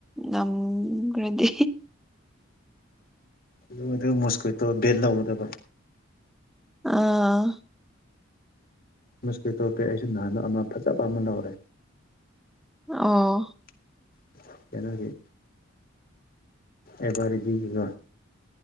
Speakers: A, in the centre; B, on the left.
A: ꯅꯝꯈ꯭ꯔꯗꯤ
B: ꯑꯗꯨ ꯑꯗꯨ ꯃꯣꯁꯀ꯭ꯋꯤꯇꯣ ꯕꯦꯟ ꯇꯧꯒꯗꯕ
A: ꯑꯥ
B: ꯃꯣꯁꯀ꯭ꯋꯤꯇꯣ ꯕꯦꯠ ꯑꯩꯁꯨ ꯅꯍꯟ ꯑꯃ ꯐꯖꯕ ꯑꯃ ꯂꯧꯔꯦ
A: ꯑꯣ
B: ꯀꯅꯥꯒꯤ unintelligible